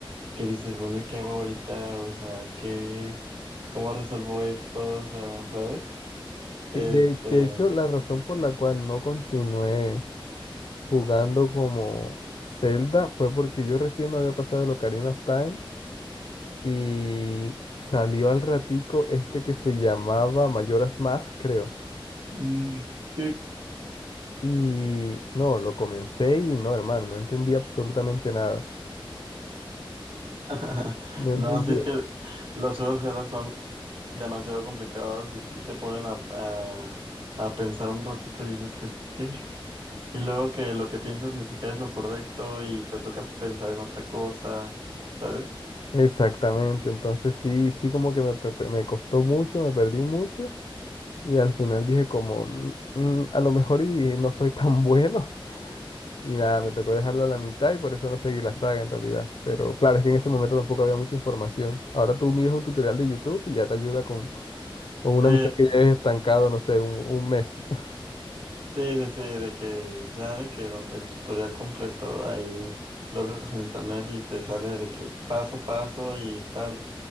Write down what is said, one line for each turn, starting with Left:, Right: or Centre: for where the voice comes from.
Right: que dices, bueno, ¿y qué hago ahorita? O sea, ¿qué, cómo resuelvo esto? O sea, ¿sabes? Este,
Left: Sí, de, de hecho, la razón por la cual no continué jugando como Zelda fue porque yo recién me había pasado el Ocarina of Time y salió al ratico este que se llamaba Majora's Mask, creo.
Right: mm, sí.
Left: Y no, lo comencé y no, hermano, no entendí absolutamente nada.
Right: <laughs>
Left: No
Right: No,
Left: entendí
Right: sí es que los juegos de celda son demasiado complicados y sí te ponen a, a, a pensar un ratito y sé que, ¿qué? Y luego que lo que piensas ni siquiera es lo correcto y te toca pensar en otra cosa, ¿sabes?
Left: Exactamente, entonces sí, sí como que me, pe- pe- me costó mucho, me perdí mucho y al final dije como, "Mm, mm, a lo mejor y no soy tan bueno <laughs> y nada, me tocó dejarlo a la mitad y por eso no seguí la saga en realidad. Pero claro, es que en ese momento tampoco había mucha información. Ahora tú miras un tutorial de YouTube y ya te ayuda con, con una
Right: Sí,
Left: misión que lleves estancado, no sé, un, un mes. <laughs>
Right: Sí, sí, sí, de que ya de que do- el tutorial completo ahí lo haces en internet y te sale de que paso a paso y tal,